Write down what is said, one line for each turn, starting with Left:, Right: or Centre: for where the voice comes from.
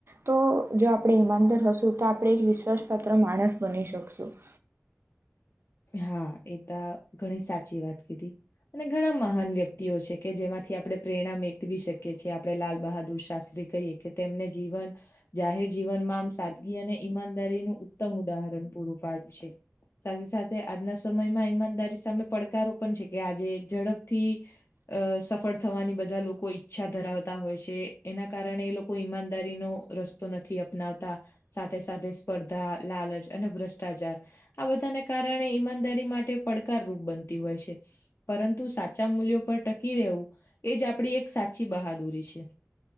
Right: તો જો આપણે ઈમાનદાર હશું તો આપણે વિશ્વાસપાત્ર માણસ બની શકશું.
Left: હા એ તો ઘણી સાચી વાત કીધી. અને ઘણા મહાન વ્યક્તિઓ છે કે જેમાંથી આપણે પ્રેરણા મેકવી શકીએ છીએ આપણે લાલ બહાદુર શાસ્ત્રી કહીએ કે તેમને જીવન જાહેર જીવનમાં આમ સાદગી અને ઈમાનદારીનું ઉત્તમ ઉદાહરણ પૂરું પાડ્યું છે. સાથે સાથે આજના સમયમાં ઈમાનદારી સામે પડકારો પણ છે કે આજે ઝડપથી અ સફળ થવાની બધા લોકો ઈચ્છા ધરાવતા હોય છે એના કારણે એ લોકો ઈમાનદારીનો રસ્તો નથી અપનાવતા સાથે સાથે સ્પર્ધા લાલચ અને ભ્રષ્ટાચાર આ બધાને કારણે ઈમાનદારી માટે પડકારરૂપ બનતી હોય છે. પરંતુ સાચા મૂલ્યો પર ટકી રહેવું એ જ આપણી એક સાચી બહાદુરી છે.